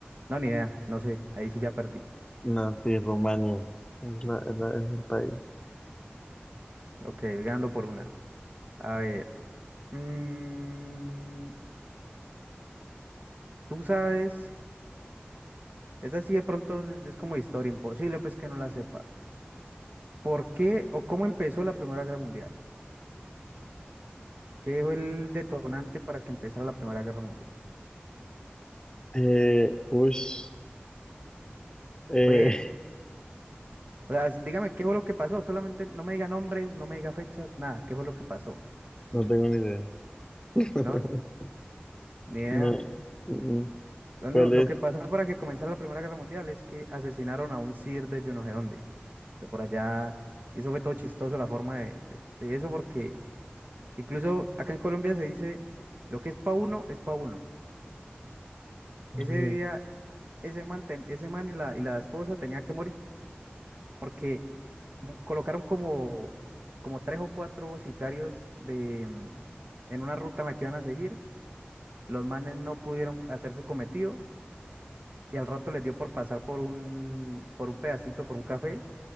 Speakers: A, on the right; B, on the left.
A: No, ni idea, no sé, ahí sí ya perdí.
B: No, sí, Rumania. Es, la- es la- es el país.
A: Ok, voy ganando por una. A ver, mm, tú sabes, esta sí de pronto es como historia, imposible pues que no la sepa. ¿Por qué o cómo empezó la Primera Guerra Mundial? ¿Qué fue el detonante para que empezara la Primera Guerra Mundial?
B: Eh, ush, eh,
A: fue O sea, s- dígame qué fue lo que pasó. Solamente no me diga nombres, no me diga fechas, nada. ¿Qué fue lo que pasó?
B: <laughs> no tengo ni idea. <laughs>
A: No, n- ni idea.
B: No, mm,
A: Lo único,
B: ¿cuál
A: lo
B: es?
A: que pasó para que comenzara la Primera Guerra Mundial es que asesinaron a un sir de yo no sé dónde, de por allá. Y eso fue todo chistoso la forma de, de- de eso, porque incluso acá en Colombia se dice, lo que es pa' uno, es pa' uno.
B: Mm,
A: Ese día, ese man, ten- ese man y la, y la esposa tenía que morir. porque mm, colocaron como, como tres o cuatro sicarios de, mm, en una ruta en la que iban a seguir. Los manes no pudieron hacer su cometido y al rato les dio por pasar por un, por un pedacito, por un café,